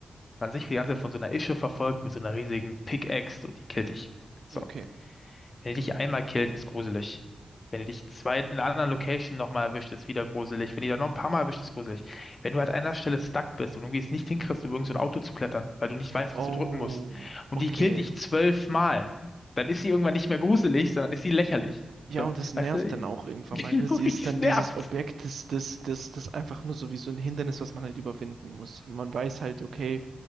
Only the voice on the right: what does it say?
okay.
Oh,
okay.
Ja,
und es nervt
dann auch
irgendwann
mal, ne? Sie ist
dann
dieses Objekt, das, das, das, das einfach nur so wie so ein Hindernis, was man halt überwinden muss. Man weiß halt, okay,